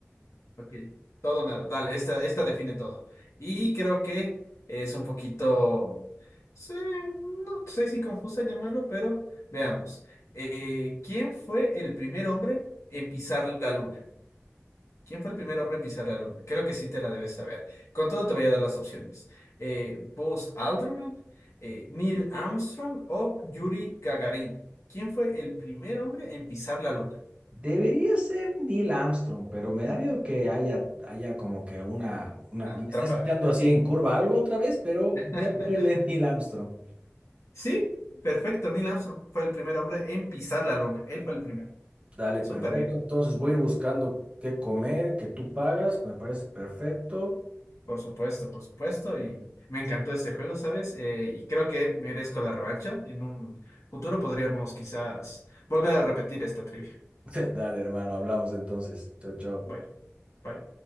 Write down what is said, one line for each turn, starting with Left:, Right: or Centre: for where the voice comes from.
Left: Ok, todo o nada. Dale, esta, esta define todo. Y creo que es un poquito, sí, no sé si confusa llamarlo, pero veamos. Eh, ¿quién fue el primer hombre en pisar la luna? ¿Quién fue el primer hombre en pisar la luna? Creo que sí te la debes saber. Con todo te voy a dar las opciones. Eh, Buzz Aldrin, eh, Neil Armstrong o Yuri Gagarin. ¿Quién fue el primer hombre en pisar la luna?
Right: Debería ser Neil Armstrong, pero me da miedo que haya, haya como que una, una...
Left: Ah,
Right: Me estés
Left: trampa.
Right: echando así en curva algo otra vez, pero
Left: <laughs>
Right: voy a ponerle <laughs> Neil Armstrong.
Left: Sí, perfecto. Neil Armstrong fue el primer hombre en pisar la luna. Él fue el primero.
Right: Dale,
Left: Súper
Right: perfecto.
Left: bien.
Right: Entonces voy a ir buscando qué comer, que tú pagas. Me parece perfecto.
Left: Por supuesto, por supuesto. Y me encantó este juego, ¿sabes? Eh, y creo que merezco la revancha. En un futuro podríamos quizás volver a repetir esta trivia.
Right: <laughs> Dale, hermano, hablamos entonces. Chao, chao.
Left: Bye, bye.